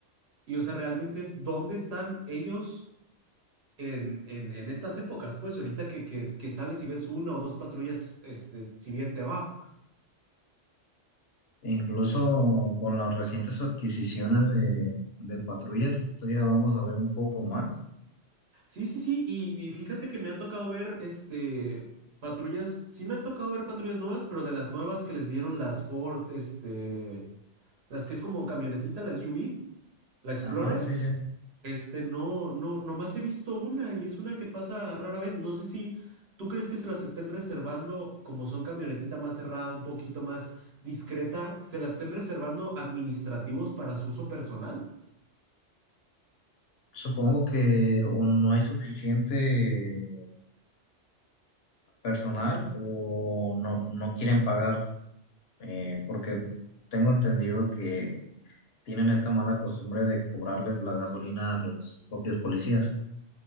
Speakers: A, on the right; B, on the left.
A: Y o sea, realmente es dónde están ellos en, en, en estas épocas, pues ahorita que, que, que sales y ves una o dos patrullas, este, si bien te va.
B: E incluso con las recientes adquisiciones de, de patrullas, todavía vamos a ver un poco más.
A: Sí, sí, sí, y, y fíjate que me ha tocado ver, este, patrullas, sí me ha tocado ver patrullas nuevas, pero de las nuevas que les dieron las Ford, este, las que es como camionetita, la SUV, la Explorer.
B: Ajá, sí, sí.
A: Este, no, no, nomás he visto una y es una que pasa rara vez. No sé si tú crees que se las estén reservando, como son camionetita más cerrada, un poquito más discreta, se las estén reservando administrativos para su uso personal.
B: Supongo que o no hay suficiente personal o no, no quieren pagar, eh, porque tengo entendido que tienen esta mala costumbre de cobrarles la gasolina a los propios policías.